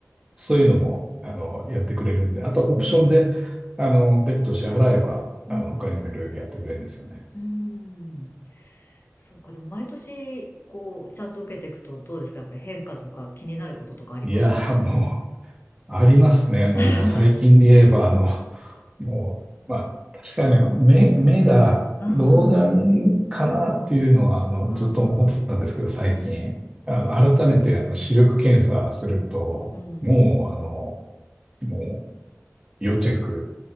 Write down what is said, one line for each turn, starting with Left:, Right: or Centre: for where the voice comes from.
Right: そういうのも、あの、やってくれるんで、あとオプションで、
Left: ん、
Right: あの、別途支払えば、あの、
Left: うん、
Right: 他にもいろいろやってくれるんですよね。
Left: うん。そうか、でも毎年、こう、ちゃんと受けていくとどうですかやっぱり変化とか気になることとかありました
Right: いや、もう、ありますね。もう、
Left: <laughs>
Right: 最近で言えば、
Left: あ
Right: あの、もう、まあ、確かにあの目、目が老眼かなっていうのは、
Left: あ、
Right: あの、
Left: あ
Right: ずっと思ってたんですけど、
Left: あ、
Right: 最近。
Left: うん、
Right: あの、改めて、あの、視力検査すると、
Left: うん。
Right: もう、あの、もう、要チェック